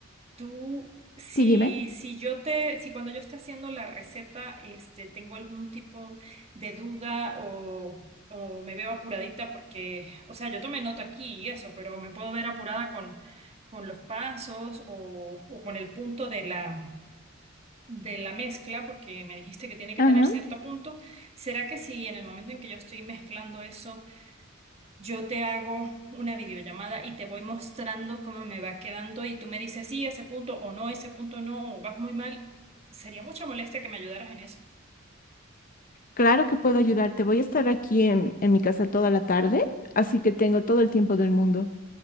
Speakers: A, on the right (about 30°); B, on the left (about 45°).
A: Tú, si,
B: Sí, dime.
A: si yo te, si cuando yo esté haciendo la receta, este, tengo algún tipo de duda o, o me veo apuradita porque, o sea, yo tomé nota aquí y eso, pero me puedo ver apurada con, con los pasos o, o con el punto de la, de la mezcla, porque me dijiste que tiene que
B: Ajá.
A: tener cierto punto. ¿Será que si en el momento en que yo estoy mezclando eso, yo te hago una videollamada y te voy mostrando cómo me va quedando y tú me dices, sí, ese punto o no, ese punto no, o vas muy mal. Sería mucha molestia que me ayudaras en eso.
B: Claro que puedo ayudarte. Voy a estar aquí en, en mi casa toda la tarde, así que tengo todo el tiempo del mundo.